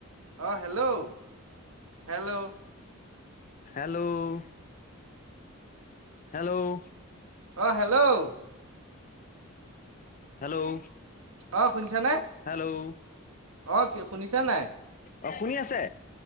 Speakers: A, on the right (about 80°); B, on the left (about 35°).
A: অঁ হেল্ল' হেল্ল'
B: হেল্ল' হেল্ল'
A: অঁ হেল্ল'
B: হেল্ল'
A: অঁ শুনিছানে
B: হেল্ল'
A: অঁ কি শুনিছেন নাই
B: অঁ শুনি আছে